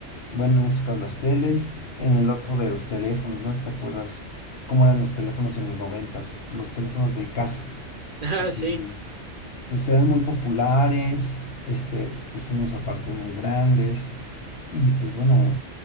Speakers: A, on the left; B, on the right.
A: bueno, en ese caso las teles, en el otro de los teléfonos, ¿no? Si ¿Te acuerdas cómo eran los teléfonos en los noventas? Los teléfonos de casa,
B: <laughs> Ah,
A: así,
B: sí,
A: pues eran muy populares, este, pues unos aparatos muy grandes y pues bueno,